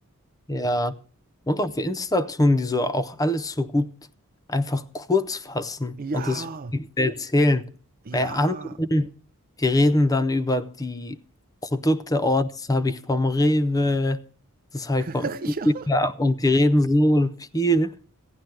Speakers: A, on the left; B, on the right.
A: Ja. Und auf Insta tun die so auch alles so gut einfach kurz fassen und
B: Ja,
A: das wirklich erzählen.
B: ja,
A: Bei anderen, wir reden dann über die Produkte, oh, das habe ich vom Rewe, das habe ich vom
B: <laughs> Ja,
A: Edeka und die reden so viel.